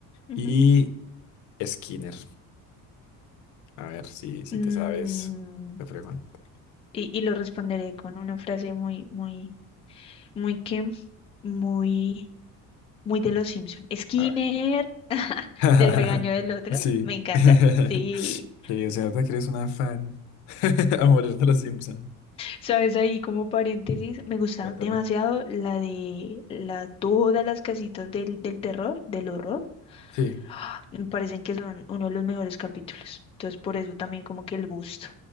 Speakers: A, on the left; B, on the left.
A: ujú.
B: y Skinner. A ver si, si
A: Mm,
B: te sabes, te pregunto.
A: y, y lo responderé con una frase muy, muy, muy que, muy, muy de los Simpson. Skinner.
B: A ver. <laughs>
A: del regaño del otro.
B: Sí.
A: Me encanta.
B: <laughs> Qué
A: Sí.
B: bien, se nota que eres una fan <laughs> a morir de los Simpson.
A: ¿Sabes? Ahí como paréntesis, me gusta
B: Cuéntame.
A: demasiado la de la, todas las casitas del, del terror, del horror.
B: Sí.
A: ¡Ah! Me parecen que son uno de los mejores capítulos. Entonces, por eso también como que el gusto.